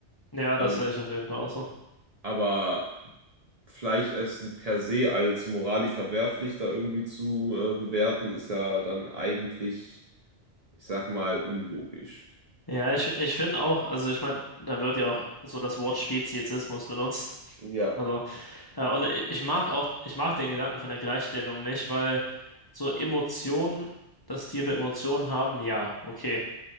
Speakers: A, on the left; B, on the right.
A: ja, das
B: Ähm,
A: sehe ich auf jeden Fall auch so.
B: Aber Fleischessen per se als moralisch verwerflich da irgendwie zu äh, bewerten, ist ja dann eigentlich, ich sag mal, unlogisch.
A: Ja, ich, ich finde auch, also ich meine, da wird ja auch so das Wort Speziesismus benutzt.
B: Ja,
A: Also, ja, und i- ich mag auch, ich mag den Gedanken von der Gleichstellung nicht, weil so Emotionen, dass Tiere Emotionen haben, ja, okay.